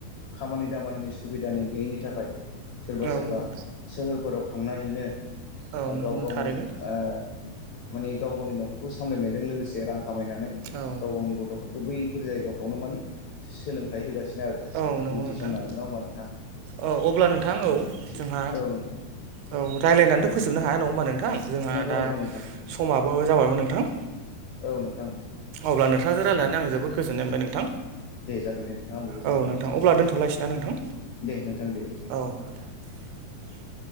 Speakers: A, on the left; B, on the right.
A: खामानि दामानिनि सुबिदानि गैयैनि थाखाय सोरबा
B: औ
A: सोरबा
B: नंगौ नोंथां
A: सोहोरफोराव थांनानैनो
B: औ
A: ओ
B: नंगौ
A: गाव गावनि
B: थारैनो
A: ओ माने गाव गावनि न'खरखौ सामलायनायजों लोगोसे रां खामायनानै
B: औ
A: गाव गावनि गथ'फोरखौ बै फोर जायगाफ्रावनो माने सोलोंथाइ होगासिनो आरो
B: औ नंगौ
A: मुं
B: नोंथां
A: थिसननानै नङा होमबा नोंथां
B: औ अब्ला नोंथां औ
A: थिग थिग
B: जोंहा
A: औ नोंथां
B: औ रायलायनानैथ' फोजोबनो हाया नङा होमबा नोंथां जोंहा
A: नंगौ
B: दा
A: नोंथां नोंथां
B: समाबो जाबायमोन नोंथां।
A: औ नोंथां औ
B: अब्ला नोंथांजों रायलायनानै आं जोबोद गोजोननाय मोनबाय‌ नोंथां
A: दे जागोन दे नोंथां आंबो गोजोनबाय
B: औ नोंथां अब्ला दोनथ'लायसैना नोंथां
A: दे नोंथां दे
B: औ नोंथां <unintelligible>